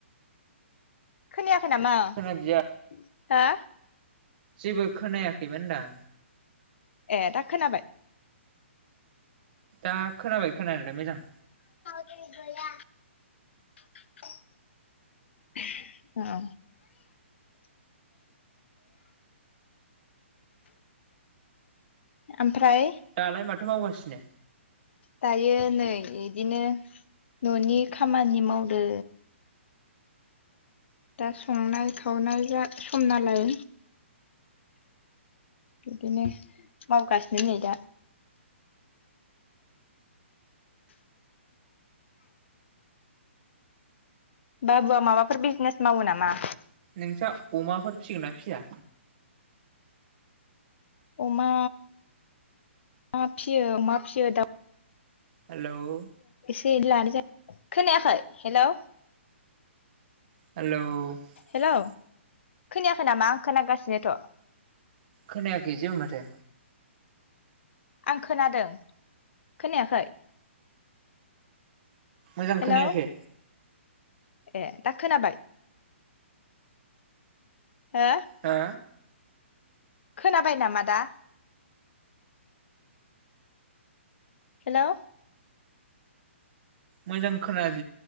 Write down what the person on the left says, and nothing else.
खोनायाखै नामा हो
ए दा खोनाबाय
<unintelligible> अ ओमफ्राय
दायो नै इदिनो न'नि खामानि मावदो दा संनाय खावनाय जा सम नालाय बिदिनो मावगासिनो नै दा बाबुआ माबाफोर बिजनेस मावो नामा
अमा मा फिसियो अमा फिसियो दाउ
<unintelligible>
हेलौ खोनायाखै नामा आं खोनागासिनोथ'
आं खोनादों खोनायाखै
हेलौ
ए दा खोनाबाय हा
खोनाबाय नामा दा हेल'